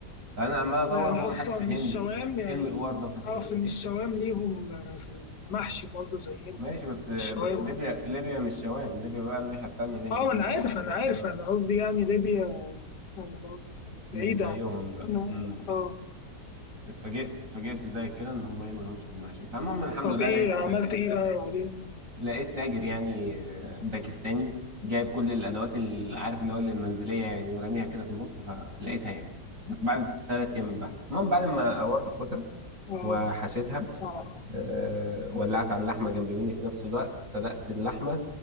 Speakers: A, on the right (about 50°); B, on the left (about 85°).
A: فأنا عمال أدور
B: آه، يعني
A: هو محدش
B: اصلا
A: فاهمني
B: الشوام يعني
A: إيه المقوار ده محدش
B: اعرف
A: فاهمني
B: ان
A: إيه؟
B: الشوام ليهم آه، في المحشي برضه زينا
A: ماشي بس بس
B: الشوام
A: ليبيا ليبيا مش شوام ليبيا بقى الناحية التانية ناحية
B: اه
A: الجزائر
B: ما انا عارف انا عارف
A: آه
B: انا قصدي يعني ليبيا يعني برضه
A: مش
B: بعيدة
A: زيهم
B: عن
A: لا
B: أنا
A: امم
B: اه
A: اتفاجئت اتفاجئت زي كده إن هم إيه مالهمش في المحشي بتاع. المهم الحمد
B: طب
A: لله
B: ايه
A: لقيت
B: عملت ايه بقى بعدين؟
A: لقيت تاجر يعني آه، باكستاني جايب كل الادوات اللي عارف اللي هو المنزليه يعني وراميها كده في النص فلقيتها يعني بس بعد ثلاث ايام من البحث المهم بعد ما قورت الكوسه
B: اه
A: وحشيتها
B: صعب
A: آه، ولعت على اللحمه جنب مني في نفس الوقت سلقت اللحمه